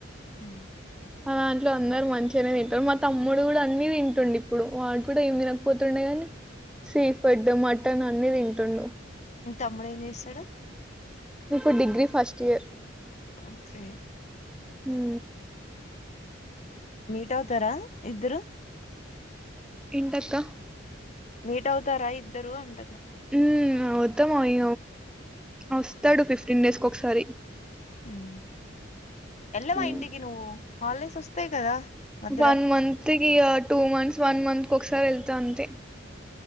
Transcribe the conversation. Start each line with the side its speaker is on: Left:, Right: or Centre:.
Left: హ్
Centre: మా దాంట్లో అందరు మంచిగానె తింటరు. మా తమ్ముడు గుడా అన్ని తింటుండు ఇప్పుడు వాడ్ కూడ ఏం తినకపోతుండె గని ఫుడ్ మటన్ అన్ని తింటుండు.
Left: మీ తమ్ముడు ఏం చేస్తాడు.
Centre: ఇప్పుడ్ డిగ్రీ ఫస్ట్ ఇయర్
Left: ఓకే
Centre: హ్
Left: మీట్ అవు తరా ఇద్దరు
Centre: ఏంటక్కా
Left: మీట్ అవుతార ఇద్దరు అంటన్న
Centre: హ్మ్ అవుతాం అయి వస్తాడు ఫిఫ్టీన్ డేస్కి ఒకసారి
Left: మ్మ్ ఎల్లవా
Centre: ఉమ్.
Left: ఇంటికి నువ్వు హాలిడేస్ వస్తాయి కదా మధ్యల
Centre: వన్ మంతిక్ ఇగ టూ మంత్స్ వన్ మంత్ కొకసారి వెళ్తా అంతె